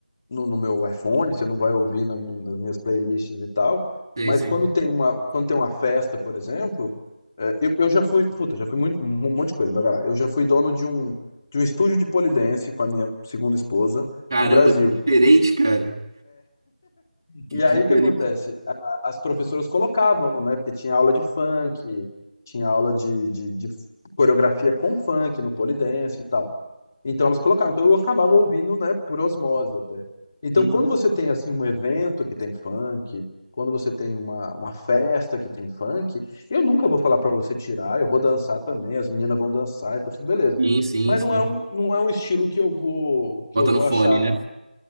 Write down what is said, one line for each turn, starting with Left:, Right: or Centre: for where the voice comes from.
Left: no, no meu iPhone, você não vai ouvir na mi- nas minhas playlists e tal.
Right: Sei,
Left: Mas
Right: sei.
Left: quando tem uma, quando tem uma festa, por exemplo, é, eu, eu já fui, puta, já fui muito, um monte de coisa, mas vai lá. Eu já fui dono de um, de um estúdio de pole dance com a minha segunda esposa
Right: Caramba,
Left: no Brasil.
Right: que diferente, cara. Que
Left: E
Right: diferente.
Left: aí o que acontece? A- as professoras colocavam, né? Porque tinha aula de funk, tinha aula de, de, de coreografia com funk no pole dance e tal. Então elas colocavam. Então eu acabava ouvindo, né, por osmose até. Então
Right: Uhum.
Left: quando você tem assim um evento que tem funk, quando você tem uma, uma festa que tem funk, eu nunca vou falar para você tirar, eu vou dançar também, as meninas vão dançar e tá tudo beleza.
Right: Sim, sim,
Left: Mas
Right: sim.
Left: não é um, não é um estilo que eu vou que
Right: Bota
Left: eu vou
Right: no fone,
Left: achar.
Right: né?